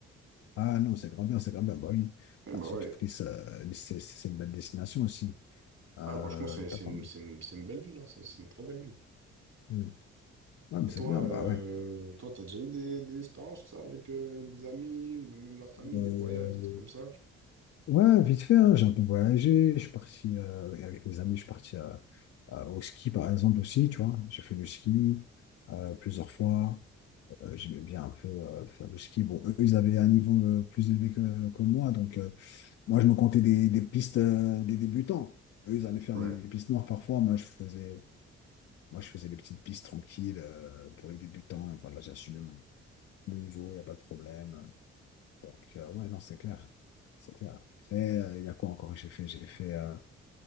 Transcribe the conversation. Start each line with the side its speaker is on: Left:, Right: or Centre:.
Left: Ah non, c'est grand bien, c'est grand bien. Bah oui.
Right: Et
Left: Ah,
Right: bah
Left: surtout
Right: ouais.
Left: que Nice, euh, Nice, c'est c'est- une belle destination aussi. Euh,
Right: Ah, franchement, c'est c'est
Left: t'as pas...
Right: une, c'est une, c'est une belle ville, hein. C'est c'est une très belle ville.
Left: Mm. Ouais, mais
Right: Et
Left: c'est
Right: toi,
Left: bien,
Right: euh,
Left: bah ouais.
Right: toi, t'as déjà eu des, des expériences, ça, avec euh, des amis ou le- même la famille,
Left: Euh,
Right: des voyages, des trucs comme ça?
Left: Ouais, vite fait, hein, j'ai un peu voyagé, je suis parti euh, avec mes amis, je suis parti à- à- au ski par exemple aussi, tu vois. J'ai fait du ski euh, plusieurs fois. Euh, j'aimais bien un peu euh, faire du ski. Bon, eux, ils avaient un niveau euh, plus élevé que, que moi, donc euh, moi, je me comptais des, des pistes euh, des débutants. Eux, ils allaient faire
Right: Ouais.
Left: des, des pistes noires parfois. Moi, je faisais, moi, je faisais des petites pistes tranquilles euh, pour les débutants. Voilà, j'assumais mon, mon niveau, il n'y a pas de problème. Donc, euh, ouais, non, c'est clair. C'est clair. Après, euh, il y a quoi encore que j'ai fait? J'ai fait, euh,